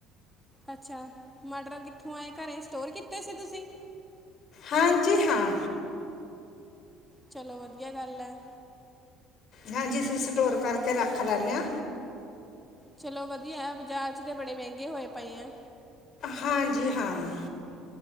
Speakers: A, in the centre; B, on the left (about 45°).
A: ਅੱਛਾ, ਮਟਰ ਕਿੱਥੋਂ ਆਏ ਘਰੇ? ਸਟੋਰ ਕੀਤੇ ਸੀ ਤੁਸੀਂ?
B: ਹਾਂਜੀ, ਹਾਂ।
A: ਚਲੋ ਵਧੀਆ ਗੱਲ ਹੈ।
B: ਹਾਂਜੀ, ਅਸੀਂ ਸਟੋਰ ਕਰਕੇ ਰੱਖ ਲੈਂਦੇ ਹਾਂ।
A: ਚਲੋ ਵਧੀਆ ਆ, ਬਾਜਾਰ ਚ ਤੇ ਬੜੇ ਮਹਿੰਗੇ ਹੋਏ ਪਏ ਆ।
B: ਹਾਂਜੀ ਹਾਂ,